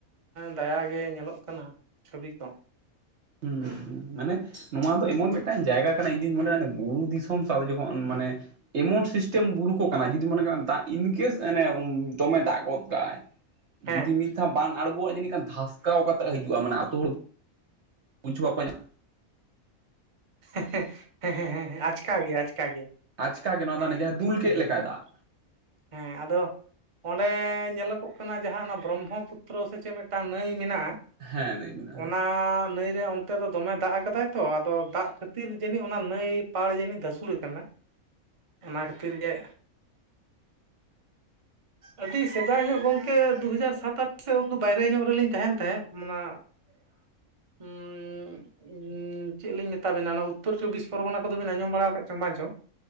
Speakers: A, on the right; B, on the right.
A: ᱫᱟᱭᱟᱜᱮ ᱧᱮᱞᱚᱜ ᱠᱟᱱᱟ ᱪᱷᱚᱵᱤ ᱠᱚ᱾
B: ᱦᱩᱸ ᱦᱩᱸ ᱢᱟᱱᱮ ᱱᱚᱣᱟ ᱫᱚ ᱮᱢᱚᱱ ᱢᱤᱫᱴᱟᱱ ᱡᱟᱭᱜᱟ ᱠᱟᱱᱟ ᱤᱧ ᱫᱩᱧ ᱢᱚᱱᱮᱭᱟᱱ ᱵᱩᱨᱩ ᱫᱤᱥᱚᱢ ᱥᱟᱶ ᱡᱚᱠᱷᱚᱱ ᱢᱟᱱᱮ, ᱮᱢᱚᱱ ᱥᱤᱥᱴᱮᱢ ᱵᱩᱨᱩ ᱠᱚ ᱠᱟᱱᱟ ᱡᱩᱫᱤ ᱢᱚᱱᱮ ᱠᱟᱜ ᱢᱮ ᱫᱟᱜ ᱤᱱᱠᱮᱥ ᱫᱚᱢᱮ ᱫᱟᱜ ᱜᱚᱫ ᱠᱟᱜᱟᱭ᱾
A: ᱦᱮᱸ
B: ᱡᱩᱫᱤ ᱢᱤᱫ ᱫᱷᱟᱣ ᱵᱟᱱ ᱟᱬᱜᱚ ᱟᱜ ᱡᱟᱹᱱᱤᱡ ᱠᱷᱟᱱ ᱫᱷᱟᱥᱠᱟᱣ ᱠᱟᱛᱮ ᱦᱤᱡᱩᱜᱼᱟ᱾ ᱢᱟᱱᱮ ᱟᱛᱳ ᱦᱚᱲ, ᱵᱩᱡ ᱦᱟ ᱵᱟᱠᱟ ᱧᱟᱢᱟ
A: ᱦᱮᱸ ᱦᱮᱸ ᱦᱮᱸ ᱦᱮᱸ ᱟᱪᱠᱟ ᱜᱮ ᱟᱪᱠᱟ ᱜᱮ᱾
B: ᱟᱪᱠᱟ ᱜᱮ ᱱᱚᱣᱟ
A: ᱦᱮᱸ
B: ᱫᱚ ᱡᱟᱦᱟᱸ
A: ᱠᱤᱪᱷᱩᱠ
B: ᱫᱩᱞ ᱠᱮᱫ
A: ᱠᱷᱚᱱ
B: ᱞᱮᱠᱟᱭ
A: ᱵᱷᱤᱛᱤᱨ
B: ᱫᱟᱜ᱾
A: ᱦᱮᱸ ᱟᱫᱚ ᱚᱸᱰᱮ ᱧᱮᱞᱚᱜᱚᱜ ᱠᱟᱱᱟ ᱡᱟᱦᱟᱸ ᱵᱨᱚᱢᱦᱚ ᱯᱩᱛᱨᱚ ᱥᱮ ᱪᱮᱫ ᱢᱤᱫᱴᱟᱝ ᱱᱟᱹᱭ ᱢᱮᱱᱟᱜ ᱟ,
B: ᱦᱮᱸ ᱱᱟᱹᱭ ᱢᱮᱱᱟᱜᱼᱟ
A: ᱚᱱᱟ ᱱᱟᱹᱭ ᱨᱮ ᱚᱱᱛᱮ ᱫᱚ ᱫᱚᱢᱮ ᱫᱟᱜ ᱠᱟᱫᱟᱭ ᱛᱚ ᱟᱫᱚ ᱫᱟᱜ, ᱠᱷᱟᱹᱛᱤᱨ ᱡᱟᱹᱱᱤᱡ ᱚᱱᱟ ᱱᱟ. ᱭ ᱯᱟᱲ ᱡᱟᱹᱱᱤᱡ ᱫᱷᱟᱥᱩᱲ ᱟᱠᱟᱱᱟ᱾ ᱚᱱᱟ ᱠᱷᱟᱹᱛᱤᱨ ᱜᱮ, ᱟᱹᱰᱤ ᱥᱮᱫᱟᱭ ᱧᱚᱜ ᱜᱚᱝᱠᱮ ᱫᱩ ᱦᱟᱡᱟᱨ ᱥᱟᱛ-ᱟᱴ ᱥᱮᱫ ᱩᱱ ᱫᱚ ᱵᱟᱭᱨᱮ ᱧᱚᱜ ᱨᱮᱞᱤᱧ ᱛᱟᱦᱮᱱ ᱛᱟᱦᱮᱸᱫ ᱚᱱᱟ,
B: <inaudible>
A: ᱩᱸᱻ ᱩᱼᱻᱪᱮᱫ ᱞᱤᱧ ᱢᱮ ᱛᱟᱵᱤᱱᱟ ᱚᱱᱟ ᱩᱛᱛᱚᱨᱪᱚᱵᱽᱵᱤᱥ ᱯᱚᱨᱜᱚᱱᱟ ᱠᱚᱫᱚᱵᱤᱱ ᱟᱸᱡᱚᱢ ᱵᱟᱲᱟ ᱟᱠᱟᱫ ᱪᱚ ᱵᱟᱝ ᱪᱚᱻ